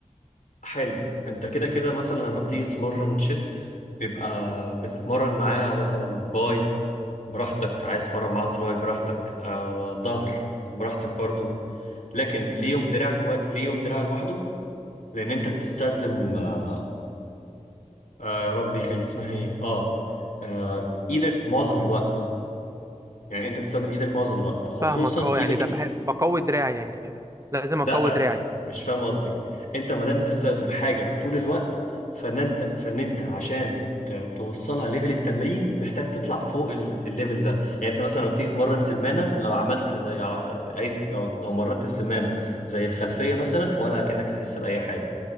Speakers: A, on the left; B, on the right.
A: حلو انت كده كده مثلا لما بتيجي تتمرن شيست بيبقى بتتمرن معاه مثلا باي براحتك عايز تتمرن معاه تراي براحتك آه ظهر براحتك برضو لكن ليه يوم دراع كوي... ليه يوم دراع لوحده لان انت بتستخدم آه آه، ربي كان اسمها ايه اه آه، ايدك معظم الوقت يعني انت بتستخدم ايدك معظم الوقت خصوصا
B: فاهمك اه
A: ايدك
B: يعني ده بحب بقوي دراعي يعني لازم
A: لا
B: اقوي دراعي
A: مش فاهم قصدي انت ما دام بتستخدم حاجه طول الوقت فان انت فان انت عشان ت- توصلها ليفل التمرين محتاج تطلع فوق ال- الليفل ده يعني انت مثلا لما بتيجي تمرن سمانه لو عملت زي ع- اي لو لو مرنت السمانه زي الخلفيه مثلا ولا كأنك تحس باي حاجه